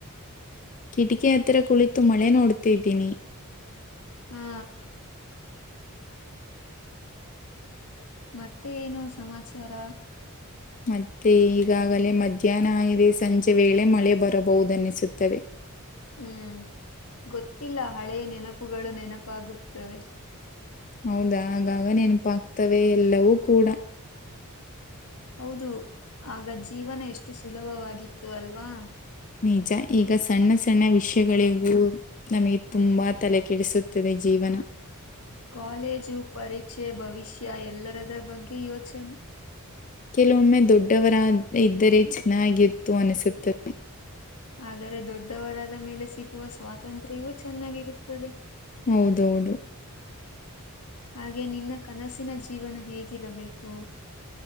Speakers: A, on the left; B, on the left.
A: ಕಿಟಕಿ ಹತ್ರ ಕುಳಿತು ಮಳೆ ನೋಡ್ತಿದ್ದೀನಿ
B: ಹಾ ಮತ್ತೆ ಏನು ಸಮಾಚಾರ
A: ಮತ್ತೆ ಈಗಾಗಲೇ ಮಧ್ಯಾಹ್ನ ಇಗದೆ ಸಂಜೆ ವೇಳೆ ಮಳೆ ಬರಬಹುದುನ್ನಿಸುತ್ತದೆ
B: ಹೂ ಗೊತ್ತಿಲ್ಲ ಹಳೆಯ ನೆನಪುಗಳು ನೆನಪಾಗುತ್ತವೆ
A: ಹೌದಾ ಆಗಾಗ ನೆನಪಾಗಗ್ತವೆ ಎಲ್ಲವೂ ಕೂಡ
B: ಹೌದು ಆಗ ಜೀವನ ಎಷ್ಟು ಸುಲಭವಾಗಿತ್ತು ಅಲ್ವಾ
A: ನಿಜ ಈಗ ಸಣ್ಣ ಸಣ್ಣ ವಿಷಯಗಳಿಗೂ ನಮಗೆ ತುಂಬಾ ತಲೆ ಕೆಡಿಸುತ್ತದೆ ಜೀವನ
B: ಕಾಲೇಜು ಪರೀಕ್ಷೆ ಭವಿಷ್ಯ ಎಲ್ಲರದ ಬಗ್ಗೆ ಯೋಚನೆ
A: ಕೆಲವೊಮ್ಮೆ ದೊಡ್ಡವರ ಇದ್ದರೆ ಚೆನ್ನಾಗಿತ್ತು ಅನಸುತ್ತದೆ
B: ಆದರೆ ದೊಡ್ಡವರಾದ ಮೇಲೆ ಸಿಗುವ ಸ್ವಾತಂತ್ರ್ಯವೂ ಚೆನ್ನಾಗಿರುತ್ತದೆ
A: ಹೌದೌದು
B: ಹಾಗೆ ನಿನ್ನ ಕನಸಿನ ಜೀವನ ಹೇಗಿರಬೇಕು